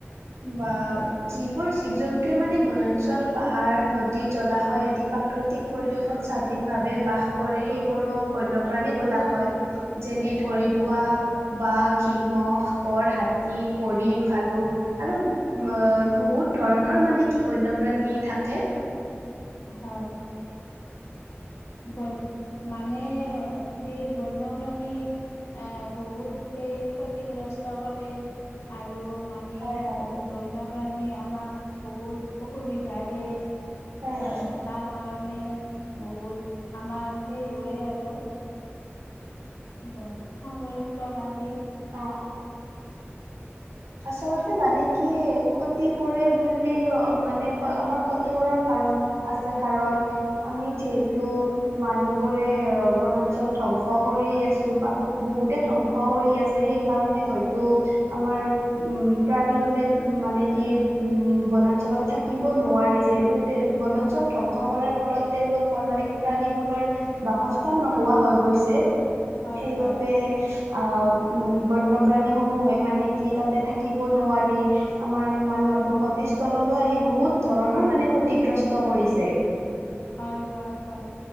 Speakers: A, on the right; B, on the left.
A: বা যিবোৰ জীৱ জন্তুৱে মানে বনাঞ্চল পাহাৰ নদী জলাশয় আদি প্ৰাকৃতিক। পৰিৱেশত স্বাধীনভাৱে বাস কৰে, সেইবোৰো বন্যপ্ৰাণী বোলা হয়। যেনে ধৰি
B: হয় হয়
A: লোৱা। বাঘ, সিংহ, গড়, হাতী, হৰিণ, ফালুক। আৰু বহুত ধৰণৰ মানে কি বন্যপ্ৰাণী থাকে।
B: হয়। বন মানে সেই বন্যপ্ৰাণী এ বহুত। সেই ক্ষতিগ্ৰস্ত কৰে আৰু মানে।
A: হয় হয়
B: বন্যপ্ৰাণীয়ে আমাক বহুত অসুবিধা দিয়ে
A: হয়
B: এ তাৰ কাৰণে বহুত আমাৰ সেই হয় আৰু। ব সংৰক্ষণ আদি।
A: অহ। আচলতে মানে কি ক্ষতি কৰে বুলি, মানে কি আমাৰ ক্ষতি কৰাৰ কাৰণ আছে কাৰণ আমি যিহেতু মানুহবোৰে বনাঞ্চল ধ্বংস কৰি আছোঁ বা বহুতে ধ্বংস কৰি আছে, সেইকাৰণে হয়তো আমাৰ উম, প্ৰাণীবোৰে মানে কি উম, বনাঞ্চলত থাকিব নোৱাৰি যিহেতু বনাঞ্চল ধ্বংস কৰাৰ ফলত তেওঁলোকৰ মানে কি প্ৰাণীবোৰ বাসস্থান নোহোৱা হৈ গৈছে,
B: হয়
A: সেইবাবে
B: হয়
A: অহ', উম' বন্যপ্ৰাণীসমূহে মানে কি তাতে থাকিব নোৱাৰি। আমাৰ মানুহৰ
B: হয়,
A: বসতি স্থললৈ আহি বহুত ধৰণৰ মানে ক্ষতিগ্ৰস্ত কৰিছে।
B: হয়, হয়, হয়।